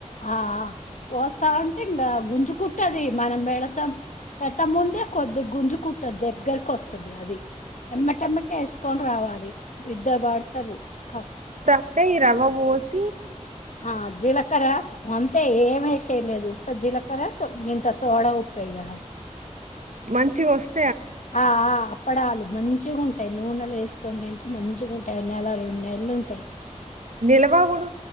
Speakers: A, on the left; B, on the right.
A: ఆ ఆ పోస్తా ఉంటే ఇంకా గుంజు కుట్టది మనం బేడ త్తం పెట్ట ముందే కొద్దిగా గుంజు కుట్టది దగ్గరకి వస్తది అది ఎమ్మటెమ్మట ఎసుకొని రావాలి ఇద్దరు పాడతారు కా
B: అంటే ఈ రవ్వ వో స్
A: ఆ జీలకర్ర అంతే ఎమెస్లేదు ఇంత జీలకర స ఇంత సోడ ఉప్పేయాలి
B: మంచిగ వస్
A: ఆ ఆ అప్పడాలు మంచిగా ఉంట్ ఉంటాయి నూనెలు ఎసుకొని తింటే మంచిగా ఉంటాయి నెల రెండు నెలలు ఉంటాయి
B: నిలవ కూడ్